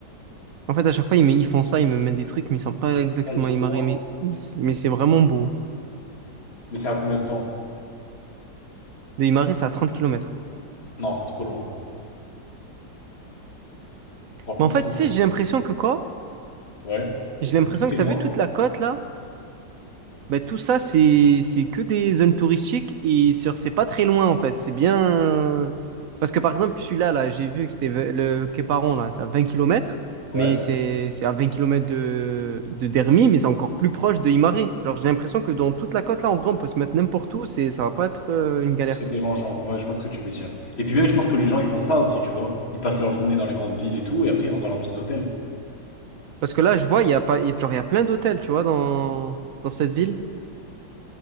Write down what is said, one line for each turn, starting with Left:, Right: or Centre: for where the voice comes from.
Right: En fait, à chaque fois, ils, me- ils font ça, ils me mettent des trucs, mais ils sont pas exactement
Left: Ah, ils sont
Right: Imare,
Left: loin.
Right: mais, mais c'est vraiment beau.
Left: Mais c'est à combien de temps?
Right: De Imare, c'est à trente kilomètres
Left: Non, c'est trop loin. Franchement,
Right: Mais en fait,
Left: 30
Right: tu
Left: c'est
Right: sais,
Left: beaucoup.
Right: j'ai l'impression que quoi?
Left: Ouais.
Right: J'ai l'impression
Left: Que tout
Right: que
Left: est
Right: t'as
Left: loin.
Right: vu toute la côte là. Ben, tout ça, c'est c'est que des zones touristiques et sur c'est pas très loin en fait. C'est bien. euh, Parce que par exemple, celui-là, là, j'ai vu que c'était ve- le Quéparon, là, c'est à 20 km,
Left: Ouais.
Right: mais c'est c'est à 20 km de, de Dermy, mais c'est encore plus proche de Imare. Genre, j'ai l'impression que dans toute la côte là, en vrai, on peut se mettre n'importe où, c'est ça va pas être euh, une galère.
Left: C'est dérangeant. Ouais, je vois ce que tu veux dire. Et puis même, je pense que les gens, ils font ça aussi, tu vois. Ils passent leur journée dans les grandes villes et tout, et après, ils rentrent dans leurs petits hôtels.
Right: Parce que là, je vois, il y a pas, il y a genre, il y a plein d'hôtels, tu vois, dans, dans cette ville.